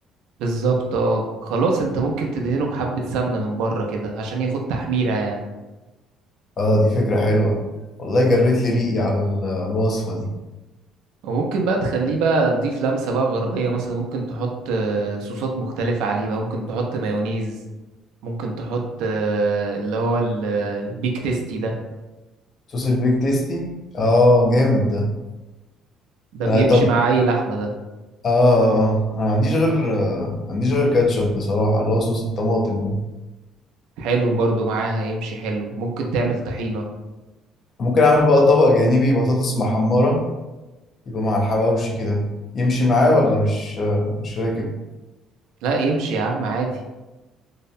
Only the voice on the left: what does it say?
اه دي فكره حلوه والله جريت لي ريقي على ال- الوصفه دي
صوص البيك تيستي اه جامد ده
انا طب
اه آه، آه، انا ما عنديش غير آه، ما عنديش غير كاتشب بصراحه اللي هو صوص الطماطم ده
ممكن اعمل بقى طبق جانبي بطاطس محمره يبقى مع الحواوشي كده يمشي معاه ولا مش مش راكب